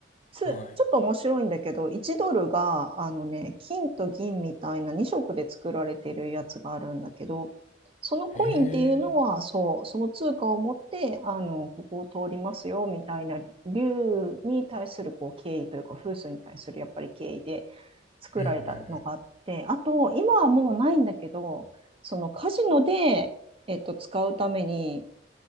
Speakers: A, on the right; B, on the left.
A: つちょっと面白いんだけど、
B: はい。
A: 1ドルが、あのね、金と銀みたいな2色で作られてるやつがあるんだけど、そのコインっていうのは、
B: へえ。
A: そう、その通貨を持って、あの、ここを通りますよ、みたいな、竜に対する、こう、敬意というか、風水に対する、やっぱり敬意で作られたのがあって、
B: うんうんう
A: あと、今はもうないんだけど、そのカジノで、えっと、使うために、